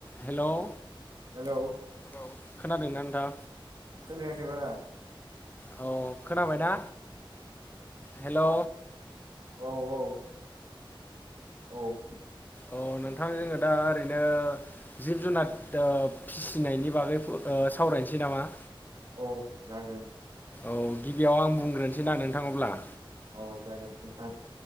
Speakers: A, on the left (about 20°); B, on the right (about 55°).
A: हेल'
B: hello
A: औ खोनादोंना नोंथां
B: खोनायाखै बारा
A: औ खोनाबायना हेलौ
B: औ औ औ औ
A: अ नोंथां जोंङो दा ओरैनो जिब जुनार ओ फिसिनायनि बागै ओ सावरायनोसै नामा
B: औ जागोन
A: औ गिबियाव आं बुंग्रोनोसै ना नोंथां अब्ला
B: औ जागोन नोंथां